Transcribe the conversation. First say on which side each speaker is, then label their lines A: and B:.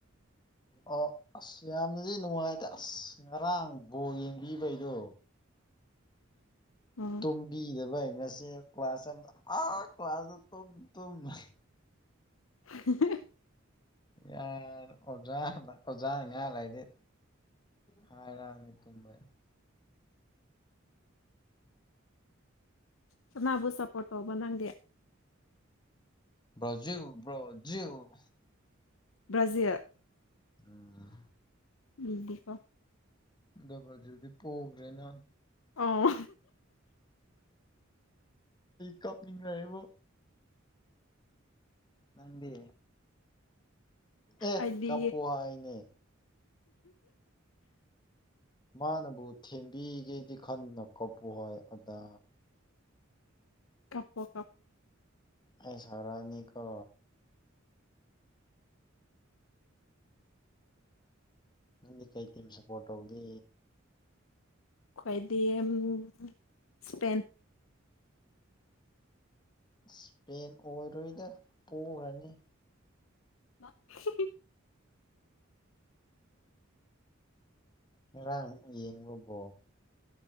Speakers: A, on the left; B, on the left.
A: ꯑꯣ ꯑꯁ ꯌꯥꯝꯅꯗꯤ ꯅꯨꯡꯉꯥꯏꯗ ꯑꯁ ꯉꯔꯥꯡ ꯕꯣꯜ ꯌꯦꯡꯕꯤꯕꯩꯗꯣ
B: <inaudible> ꯑꯣ
A: ꯇꯨꯝꯕꯤꯗꯕ ꯑꯩ ꯉꯁꯤ ꯀ꯭ꯂꯥꯁ ꯑꯃꯗ ꯑꯥ ꯀ꯭ꯂꯥꯁꯇ ꯇꯨꯝ ꯇꯨꯝ ꯂꯩ
B: ꯍꯤ ꯍꯤꯑꯛ
A: ꯌꯥꯔ ꯑꯣꯖꯥ ꯑꯣꯖꯥ ꯉꯥꯡ ꯂꯩꯗꯤ ꯍꯥꯏꯔꯛꯑꯅꯤ ꯇꯨꯝꯕꯩ
B: ꯀꯅꯥꯕꯨ ꯁꯄꯣꯠ ꯇꯧꯕ ꯅꯪꯗꯤ
A: ꯭ꯕ꯭ꯔꯥꯖꯤꯜ ꯕ꯭ꯔꯥꯖꯤꯜ
B: ꯕ꯭ꯔꯥꯖꯤꯜ
A: ꯎꯝ
B: ꯎꯏꯗꯑꯦꯀꯣ
A: ꯑꯗꯣ ꯕ꯭ꯔꯥꯖꯤꯜꯗꯤ ꯄꯣꯒꯔ꯭ꯦꯅ
B: ꯑꯣ
A: ꯀꯞ ꯅꯤꯡꯔꯛꯔꯦꯕꯨ ꯅꯪꯗꯤ ꯑꯦ
B: ꯑꯩꯗꯤ
A: ꯀꯞꯄꯨ ꯍꯥꯏꯅꯦ ꯃꯥꯅꯕꯨ ꯊꯦꯝꯕꯤꯒꯦꯗꯤ ꯈꯟꯗꯅ ꯀꯞꯄꯨ ꯍꯥꯏ ꯑꯥꯗ
B: ꯀꯞꯄꯣ ꯀꯞꯄꯣ
A: ꯑꯩ ꯁꯥꯎꯔꯛꯑꯅꯤꯀꯣ ꯅꯪꯗꯤ ꯀꯩ ꯇꯤꯝ ꯁꯞꯄꯣꯔꯠ ꯇꯧꯒꯦ
B: ꯈ꯭ꯣꯏꯗꯤ ꯑꯝ ꯏꯁꯄꯦꯟ
A: ꯏꯁꯄꯦꯟ ꯑꯣꯏꯔꯣꯏꯗ ꯄꯣꯈ꯭ꯔꯅꯤ
B: ꯃꯥ ꯍꯤꯍꯤ
A: ꯉꯔꯥꯡ ꯌꯦꯡꯕꯣ ꯕꯣꯜ